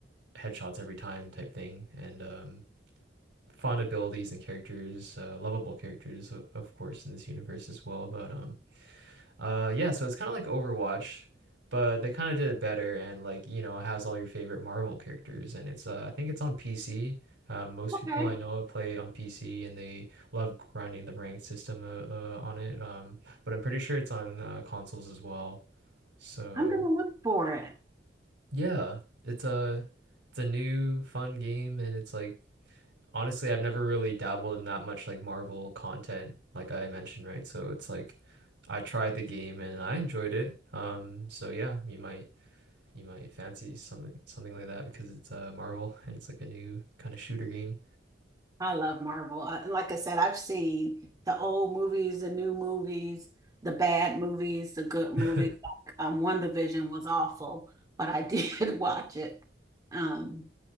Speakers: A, on the right; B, on the right.
A: headshots every time type thing and um fun abilities and characters, uh, lovable characters o- of course in this universe as well, but um uh yeah, so it's kind of like Overwatch, but they kind of did it better and like, you know, it has all your favorite Marvel characters and it's uh I think it's on PC. Um, most
B: Okay,
A: people I know play on PC and they love grinding the ranked system uh, uh, on it. Um, but I'm pretty sure it's on uh, consoles as well. So,
B: I'm gonna look for it.
A: yeah, it's a it's a new fun game and it's like honestly, I've never really dabbled in that much like Marvel content, like I mentioned, right? So it's like I tried the game and I enjoyed it. Um, so yeah, you might you might fancy something something like that because it's uh Marvel <laughs> and it's like a new kind of shooter game.
B: I love Marvel. I, like I said, I've seen the old movies, the new movies, the bad movies, the good movies.
A: <laughs>
B: Like, um, WandaVision was awful, but I <laughs> did watch it. Um,